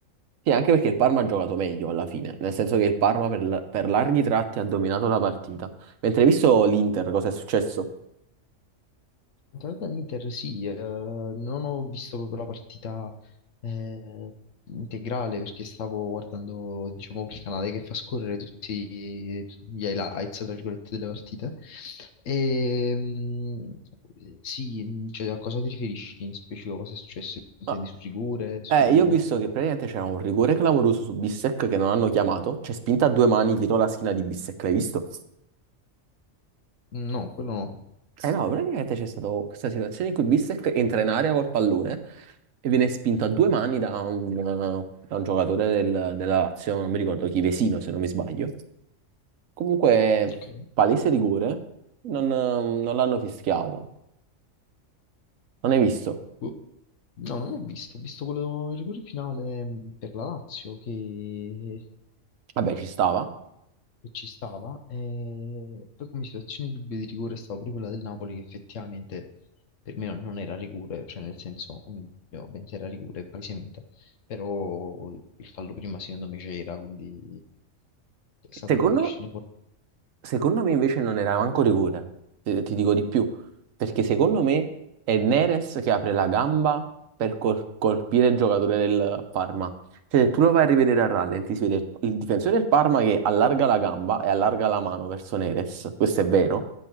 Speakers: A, on the right; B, on the left.
A: Sì, anche perché il Parma ha giocato meglio alla fine, nel senso che il Parma per, la- per larghi tratti ha dominato la partita. Mentre hai visto l'Inter, cosa è successo?
B: Tornando all'Inter, sì, eh, non ho visto proprio la partita eh, integrale perché stavo guardando, diciamo, quel canale che fa scorrere tutti, tutti gli highlights, tra virgolette, delle partite. E, mm, sì, cioè, a cosa ti riferisci in specifico? Cosa è successo? Intendi
A: Ah,
B: su rigore? Su...
A: eh, io ho visto che praticamente c'era un rigore clamoroso su Bissek che non hanno chiamato, cioè spinta a due mani dietro la schiena di Bissek, l'hai visto?
B: No, quello no.
A: Eh no, praticamente c'è stata questa situazione in cui Bissek entra in area col pallone e viene spinto a due mani da un, eh, da un giocatore del- della Lazio, non mi ricordo chi, Vesino se non mi sbaglio. Comunque,
B: Ok.
A: palese rigore, non eh, non l'hanno fischiato. Non hai visto?
B: Boh. No, non ho visto, ho visto quello, il rigore finale mh, per la Lazio che
A: Vabbè, ci stava.
B: che ci stava. E poi come situazione di dubbio di rigore stava pure quella del Napoli che effettivamente per me non era rigore, cioè nel senso, o meglio, beh, se era rigore palesemente, però il fallo prima secondo me c'era, quindi è stata
A: Secondo,
B: una decisione... cor-
A: secondo me invece non era manco rigore, te- ti dico di più, perché secondo me è Neres che apre la gamba per col- colpire il giocatore del Parma. Cioè, se tu lo vai a rivedere a rallenti, si vede il, il difensore del Parma che allarga la gamba e allarga la mano verso Neres, questo è vero,